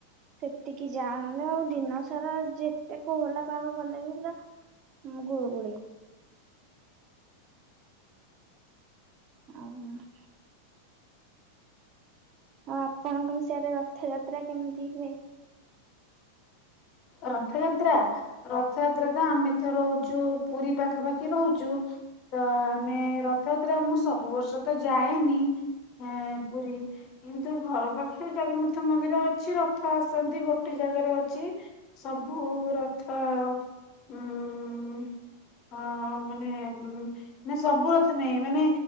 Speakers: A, on the right (about 35°); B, on the left (about 40°).
A: ସେତିକି ଯା ନେଲେ ଆଉ ଦିନ ସାରା ଯେତେ କୋହଲା ପାଗ କଲେ ବି ପୁରା। ହଁ ଗୁଳୁ ଗୁଳିି। <unintelligible> ଆଉ ଆପଣଙ୍କ ସେଆରେ ରଥଯାତ୍ରା କେମିତି ହୁଏ?
B: ରଥଯାତ୍ରା ରଥଯାତ୍ରା ତ ଆମେ ତ ରହୁଛୁ ପୁରୀ ପାଖାପାଖି ରହୁଛୁ। ତ ଆମେ ରଥଯାତ୍ରା ମୁଁ ସବୁ ବର୍ଷ ତ ଯାଏନି। ହଁ ପୁରୀ କିନ୍ତୁ ଘର ପାଖରେ ଜଗନ୍ନାଥ। ରଥ ମନ୍ଦିର ଅଛି ରଥ ଆସନ୍ତି ଗୋଟେ ଜାଗାରେ ଅଛି। ସବୁ ରଥ ଉଁ ହଁ ମାନେ ନା ସବୁ ରଥ ନାଇଁ ମାନେ।